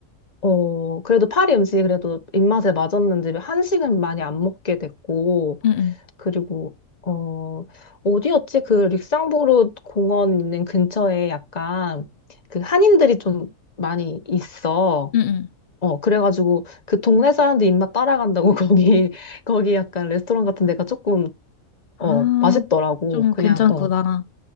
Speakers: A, on the left; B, on the left.
A: 어, 그래도 파리 음식이 그래도 입맛에 맞았는지 한식은 많이 안 먹게 됐고,
B: 응, 응,
A: 그리고, 어, 어디였지? 그 릭상보르 공원 있는 근처에 약간 그 한인들이 좀 많이 있어.
B: 응, 응.
A: 어, 그래가지고 그 동네 사람들 입맛 따라간다고 <laughs> 거기, 거기 약간 레스토랑 같은 데가 조금,
B: 아,
A: 어, 맛있더라고.
B: 좀
A: 그냥,
B: 괜찮구나.
A: 어.